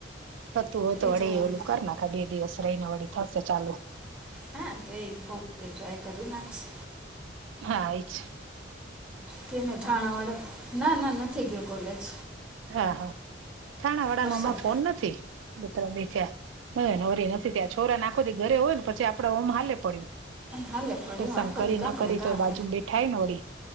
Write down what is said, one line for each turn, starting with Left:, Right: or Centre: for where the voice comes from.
Right: થતું હોય તો વડી
Centre: માટે ટ્રાય કરી જોવાનું
Right: ઓલું કર નાખ બે દિવસ રહીને વળી થશે ચાલુ.
Centre: હા તો એ ફોર્મ ટ્રાય કરી નાખશે.
Right: હા એ જ
Centre: કેમે થાણાવાડા ના ના નથી ગયો કોલેજ
Right: હા હા થાણાવાડાનો
Centre: વરસાદ
Right: ઓમાં ફોન નથી. બે ત્રણ બે ચાર હવે નવરી નથી ત્યાં છોરા આખોદી ઘરે હોય ને પછી આપડ ઓમ હાલે પડ્યું
Centre: હાલે પડ્યું
Right: લેશન
Centre: આખો
Right: કરી
Centre: દી કાંક
Right: ના કરી
Centre: ને કાંક
Right: તોય બાજુમ બેઠાય ને વળી